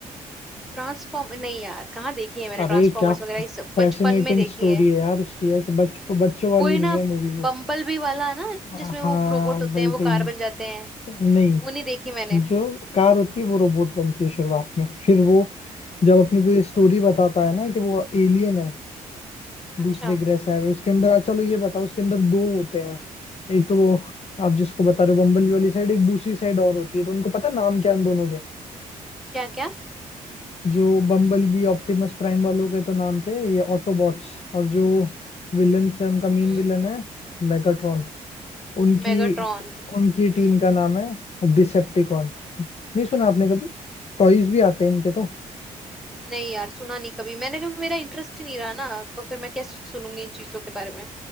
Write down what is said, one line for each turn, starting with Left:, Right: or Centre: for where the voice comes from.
Centre: ट्रांसफॉर्म नहीं यार कहाँ देखी है मैंने
Left: अरे
Centre: ट्रांसफॉर्मर्स
Left: क्या
Centre: वगैरह
Left: फैसिनेटिंग
Centre: ये सब बचपन में देखी
Left: स्टोरी
Centre: है
Left: है यार उसकी ऐसे बच बच्चों वाली
Centre: वो है
Left: नहीं
Centre: ना
Left: है मूवी वो
Centre: बम्बल बी वाला ना
Left: हाँ
Centre: जिसमें वो रोबोट होते
Left: वही
Centre: हैं
Left: वही
Centre: वो कार बन जाते हैं
Left: नहीं
Centre: वो नहीं देखी मैंने
Left: जो कार होती है वो रोबोट बनती है शुरुआत में फिर वो जब अपनी पूरी स्टोरी बताता है ना कि वो एलियन है
Centre: अच्छा
Left: दूसरे ग्रह से आए हुए उसके अंदर चलो ये बताओ उसके अंदर दो होते हैं एक तो वो आप जिसको बता रहे हो बम्बल वाली साइड एक दूसरी साइड और होती है तो उनको पता नाम क्या है उन दोनों के
Centre: क्या क्या
Left: जो बम्बल बी ऑप्टिमस प्राइम वालों के तो नाम थे ये ऑटोबॉट्स और जो विलन्स है उनका मेन
Centre: हम्म
Left: विलन है मेगाट्रॉन उनकी
Centre: मेगाट्रॉन
Left: उनकी
Centre: हम्म
Left: टीम का नाम है डिसेप्टिकॉन नहीं सुना आपने कभी टॉयज भी आते हैं इनके तो
Centre: नहीं यार सुना नहीं कभी मैंने कभी मेरा इंटरेस्ट ही नहीं रहा ना तो फिर मैं क्या सुनूंगी इन चीजों के बारे में